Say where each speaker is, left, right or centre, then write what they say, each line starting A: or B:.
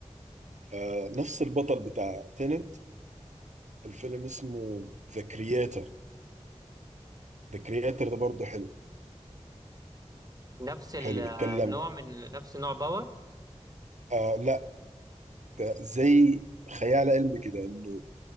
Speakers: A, on the right; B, on the right.
A: آه نفس البطل بتاع تنت الفيلم اسمه The Creator The Creator ده برضه حلو
B: نفس ال-
A: حلو
B: آه،
A: بيتكلم
B: النوع من نفس نوع باور
A: آه لا ده زي خيال علمي كده انه